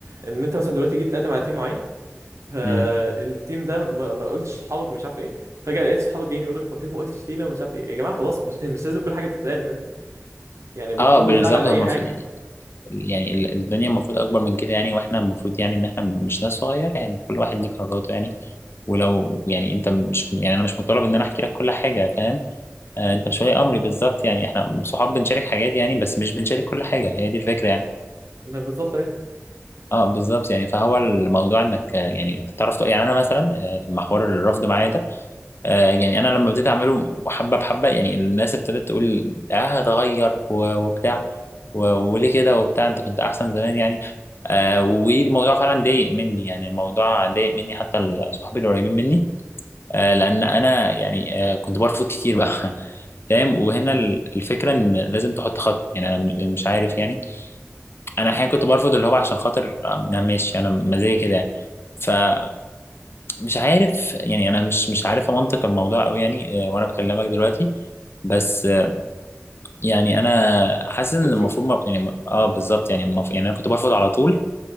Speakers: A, on the right; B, on the left.
A: ان انت مثلا دلوقتي جيت تقدم على تيم معين فالتيم
B: امم
A: ده ما, ما قلتش لصحابك ومش عارف ايه فجأة لقيت صحابك جايين يقول لك طب ليه ما قلتش لينا ومش عارف ايه يا جماعة خلاص مش <laughs> مش لازم كل حاجة تتقال فاهم يعني بطلوا
B: اه بالظبط
A: الزعل على
B: هم
A: أي حاجة
B: في يعني يعني ال- الدنيا المفروض اكبر من كده يعني واحنا المفروض يعني ان احنا مش ناس صغيره يعني كل واحد ليه قراراته يعني ولو يعني انت مش يعني انا مش مطالب ان انا احكي لك كل حاجه فاهم آه، انت مش ولي امري بالظبط يعني احنا صحاب بنشارك حاجات يعني بس مش بنشارك كل حاجه هي دي الفكره يعني
A: ما بالظبط ايه
B: اه بالظبط يعني فهو الموضوع انك آه، يعني تعرف تق- يعني انا مثلا آه، لما حوار الرفض معايا ده آه، يعني انا لما ابتديت اعمله حبه بحبه يعني الناس ابتدت تقول اه هتغير و- وبتاع و- وليه كده وبتاع انت كنت احسن زمان يعني آه والموضوع فعلا ضايق مني يعني الموضوع ضايق مني حتى ال- صحابي القريبين مني آه، لان انا يعني آه، كنت برفض كتير بقى <laughs> فاهم وهنا ال- الفكره ان لازم تحط خط يعني انا م- مش عارف يعني انا احيانا كنت برفض اللي هو عشان خاطر آه، انا ماشي انا مزاجي كده يعني فمش عارف يعني انا مش مش عارف منطق الموضوع قوي يعني آه، وانا بكلمك دلوقتي بس آه، يعني انا حاسس ان
A: طب شوف
B: المفروض ما- يعني اه بالظبط يعني المفروض يعني انا كنت برفض على طول